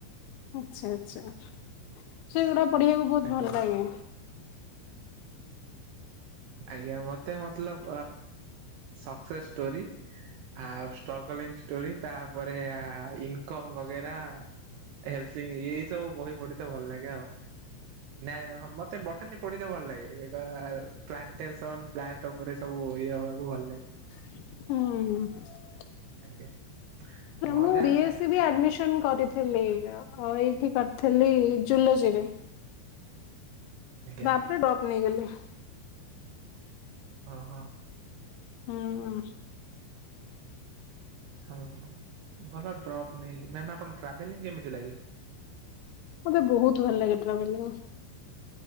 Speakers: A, on the left; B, on the right.
A: ଆଛା ଆଛା ସେଗୁଡା ପଢିବାକୁ ବହୁତ
B: ଆଜ୍ଞା।
A: ଭଲ ଲାଗେ।
B: ଆଜ୍ଞା ମତେ ମତଲବ ସକ୍ସେସ୍ ଷ୍ଟୋରି ଆଉ ଷ୍ଟର୍ଗଲିଂ ଷ୍ଟୋରି, ତାପରେ ଇନକମ୍ ବଗେରା ଲ ଏଇ ସବୁ ବହି ପଢିତେ ଭଲ ଲାଗେ ଆଉ ନାଇ ମତେ ନି ପଢିତେ ଭଲ ଲାଗେ। ପ୍ଲାଣ୍ଟେଶନ, ପ୍ଲାଣ୍ଟ ଉପରେ ସବୁ ଇଏ ହବାକୁ ଭଲ ଲାଗେ।
A: ହୁଁ।
B: ଆଜ୍ଞା। ନହେଲେ
A: ମୁଁ
B: ଆଉ
A: ବି
B: ସାଇନ୍ସରେ
A: ଏସ୍ ସି ବି ଆଡମିନ କରିଥିଲି। ଥିଲ ଆଉ ଏଇଠି କରିଥିଲି ଜୁଲଜିରେ।
B: ଆଜ୍ଞା
A: ବାପରେ ଡପ୍ ନେଇଗଲି।
B: ହଁ ହଁ।
A: ହୁଁ ହୁଁ।
B: ହଉ ଭଲ ଡ୍ରପ୍ ନେଇକି ମ୍ୟାମ୍ ଆପଣ ଟ୍ରାଭେଲିଂ କେମିତି ଲାଗେ?
A: ମତେ ବହୁତ ଭଲ ଲାଗେ ଟ୍ରାଭେଲିଂ।